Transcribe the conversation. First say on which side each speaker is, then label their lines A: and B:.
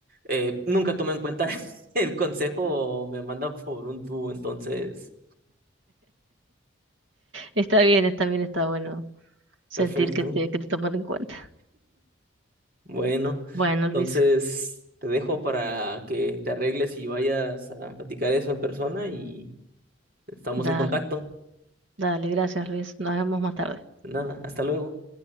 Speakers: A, on the right; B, on the right.
A: eh, nunca toma en cuenta <laughs> el consejo o me manda por un tubo, entonces,
B: Está bien, está bien, está bueno sentir
A: perfecto.
B: que te, que te toman en cuenta.
A: Bueno,
B: Bueno,
A: entonces
B: Luis,
A: te dejo para que te arregles y vayas a platicar eso en persona y estamos
B: dale,
A: en contacto.
B: dale, gracias, Luis. Nos vemos más tarde.
A: Nada, hasta luego.